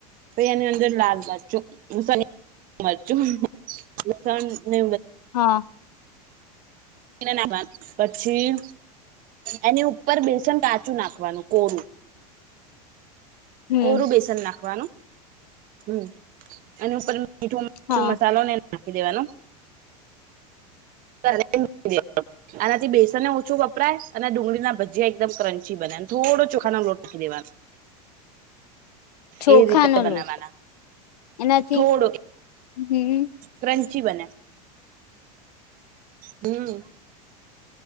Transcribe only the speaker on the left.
હા
<inaudible> હમ
હા
<inaudible> ચોખાનો
લોટ એનાથી
હમ